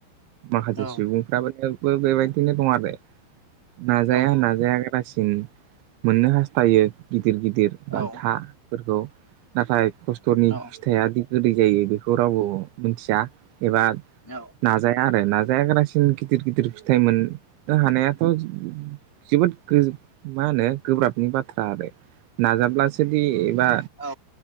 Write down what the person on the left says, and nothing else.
औ
औ
औ
औ
औ
औ